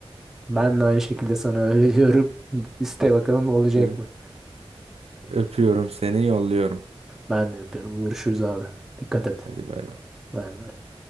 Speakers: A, in the centre; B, on the right.
A: Ben de aynı şekilde sana <laughs> öyle diyorum. İste bakalım olacak
B: Ö-
A: mı?
B: Öpüyorum seni yolluyorum.
A: Ben de yapıyorum. Görüşürüz abi. Dikkat et.
B: Hadi bay bay.
A: Bay bay.